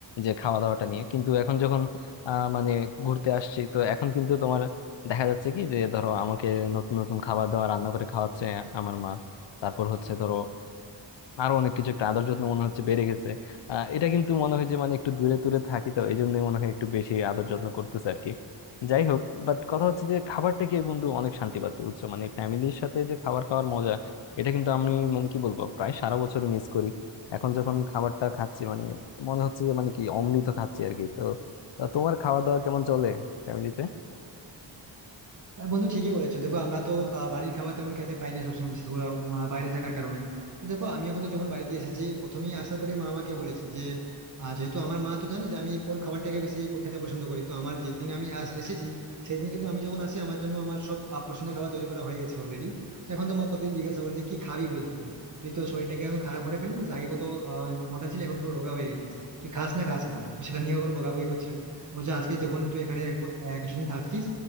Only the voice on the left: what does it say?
যে খাওয়া দাওয়াটা নিয়ে কিন্তু এখন যখন আহ মানে ঘুরতে আসছি তো এখন কিন্তু তোমার দেখা যাচ্ছে কি যে ধরো আমাকে নতুন নতুন খাবার দাবার রান্না করে খাওয়াচ্ছে আমার মা তারপর হচ্ছে ধরো আরো অনেক কিছু একটা আদর যত্ন মনে হচ্ছে বেড়ে গেছে আহ এটা কিন্তু মনে হয় যে মানে একটু দূরে দূরে থাকি তো এই জন্যই মনে হয় একটু বেশি আদর যত্ন করতেছে আর কি যাই হোক বাট কথা হচ্ছে যে খাবারটা কি বন্ধু অনেক শান্তি পাচ্ছি বুঝছো মানে ফ্যামিলির সাথে যে খাবার খাওয়ার মজা এটা কিন্তু আমি মানে কি বলবো প্রায় সারা বছর মিস করি এখন যখন খাবারটা খাচ্ছি মানে মনে হচ্ছে যে মানে কি অমৃত খাচ্ছি আর কি তো আহ, তোমার খাওয়া দাওয়া কেমন চলে ফ্যামিলিতে